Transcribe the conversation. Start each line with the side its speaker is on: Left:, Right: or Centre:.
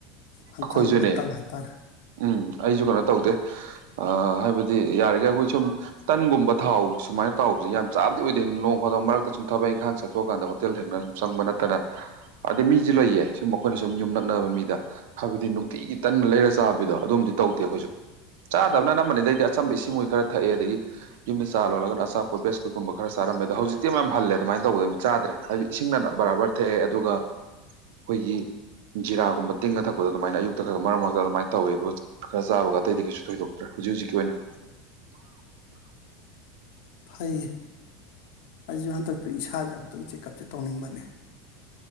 Left: ꯍꯛꯆꯥꯡ
Right: ꯑꯩꯈꯣꯏꯁꯨꯅꯦ
Left: ꯐꯠꯇꯕ ꯍꯥꯏꯇꯥꯔꯦ
Right: ꯎꯝ ꯑꯩꯁꯨ ꯀꯩꯅꯣ ꯇꯧꯗꯦ ꯑ ꯍꯥꯏꯕꯗꯤ ꯌꯥꯔꯤꯈꯩ ꯑꯩꯈꯣꯏ ꯁꯨꯝ ꯇꯟꯒꯨꯝꯕ ꯊꯥꯎ ꯁꯨꯃꯥꯏꯅ ꯇꯥꯎꯁꯦ ꯌꯥꯝ ꯆꯥꯕꯗꯤ ꯑꯣꯏꯗꯦ ꯅꯣꯡ ꯐꯥꯗꯣꯡ ꯃꯔꯛꯇ ꯁꯨꯝ ꯊꯕꯛ ꯏꯪꯈꯥꯡ ꯆꯠꯊꯣꯛꯑꯀꯥꯟꯗ ꯍꯣꯇꯦꯜ ꯊꯦꯡꯅ ꯁꯨꯝ ꯆꯪꯕ ꯅꯠꯇꯅ ꯑꯗꯩ ꯃꯤꯁꯨ ꯂꯩꯌꯦ ꯁꯨꯝ ꯑꯩꯈꯣꯏꯅ ꯁꯨꯝ ꯌꯨꯝ ꯅꯛꯅꯕ ꯃꯤꯗ ꯍꯥꯏꯕꯗꯤ ꯅꯨꯡꯇꯤꯒꯤ ꯇꯟ ꯂꯩꯔ ꯆꯥꯕꯤꯗꯣ ꯑꯗꯨꯝꯕꯗꯤ ꯇꯧꯗꯦ ꯑꯩꯈꯣꯏꯁꯨ ꯆꯥꯗꯕꯅ ꯑꯅꯝꯕꯅꯤꯗ ꯑꯩꯗꯤ ꯑꯆꯝꯕ ꯏꯁꯤꯡ ꯍꯣꯏ ꯈꯔ ꯊꯛꯑꯦ ꯑꯗꯒꯤ ꯌꯨꯝꯗ ꯆꯥ ꯂꯣꯜꯂꯒꯅ ꯑꯆꯥꯄꯣꯠ ꯕꯤꯁꯀꯨꯠꯀꯨꯝꯕ ꯈꯔ ꯆꯥꯔꯝꯃꯦ ꯑꯗꯣ ꯍꯧꯖꯤꯛꯇꯤ ꯃꯌꯥꯝ ꯍꯜꯂꯦ ꯑꯗꯨꯃꯥꯏꯅ ꯇꯧꯕꯗꯣ ꯃꯨꯛ ꯆꯥꯗ꯭ꯔꯦ ꯍꯥꯏꯕꯗꯤ ꯏꯁꯤꯡꯅ ꯕꯔꯥꯕꯔ ꯊꯛꯑꯦ ꯑꯗꯨꯒ ꯑꯩꯈꯣꯏꯒꯤ ꯖꯤꯔꯥꯒꯨꯝꯕ ꯇꯤꯡꯉ ꯊꯛꯄꯗꯣ ꯑꯗꯨꯃꯥꯏꯅ ꯑꯌꯨꯛꯇ ꯈꯛ ꯃꯔꯛ ꯃꯔꯛꯇ ꯑꯗꯨꯃꯥꯏꯅ ꯇꯧꯋꯦ ꯑꯗꯨꯒ ꯈꯔ ꯆꯥꯕꯒ ꯑꯇꯩꯗꯤ ꯀꯩꯁꯨ ꯊꯣꯏꯗꯣꯛꯇ꯭ꯔꯦ ꯍꯧꯖꯤꯛ ꯍꯧꯖꯤꯛꯀꯤ ꯑꯣꯏꯅ
Left: ꯐꯩꯌꯦ ꯑꯩꯁꯨ ꯍꯟꯗꯛꯇ ꯏꯁꯥꯁꯦ ꯑꯃꯨꯛꯇꯪ ꯆꯦꯛꯀꯞꯁꯦ ꯇꯧꯅꯤꯡꯕꯅꯤ